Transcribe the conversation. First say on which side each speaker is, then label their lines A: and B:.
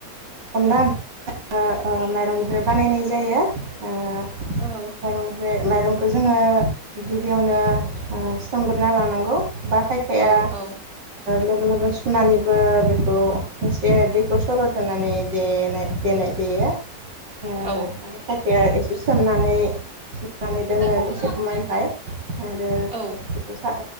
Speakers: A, on the right (about 65°); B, on the right (about 30°).
A: अनला ओंख्रिआ माइरंनिफ्राय बानायनाय जायो। माइरंनिफ्राय
B: औ
A: माइरं खौ जोङो गिबियावनो सोमग्रोना लानांगौ। बा खायफाया
B: औ औ
A: लोगो लोगो सुनानैबो बेखौ। जे दैखौ सरद होनानै देनाय देयो। ओ
B: औ।
A: आरो खायफाया एसे सोमनानै, सुनानै दोनो दसे खमायहाय। आरो
B: औ
A: बेखौ साब